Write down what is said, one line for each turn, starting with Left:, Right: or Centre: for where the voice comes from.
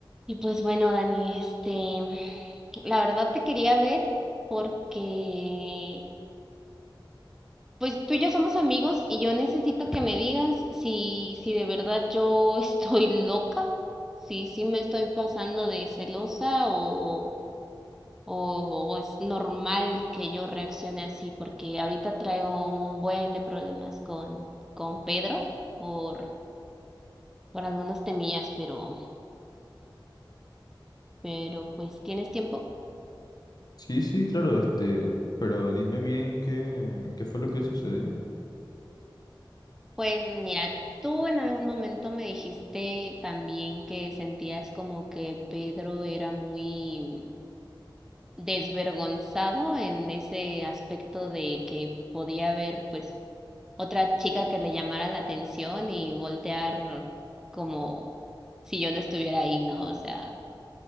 Centre: Y pues bueno, Dani, este, la verdad te quería ver porque, pues tú y yo somos amigos y yo necesito que me digas si, si de verdad yo <laughs> estoy loca, si, si me estoy pasando de celosa o, o, o es normal que yo reaccione así, porque ahorita traigo un buen de problemas con, con Pedro por, por algunas temillas, pero, pero pues, ¿tienes tiempo?
Left: Sí, sí, claro, este, pero dime bien qué, qué fue lo que sucedió.
Centre: Pues mira, tú en algún momento me dijiste también que sentías como que Pedro era muy desvergonzado en ese aspecto de que podía haber pues otra chica que le llamara la atención y voltear como si yo no estuviera ahí, ¿no? O sea,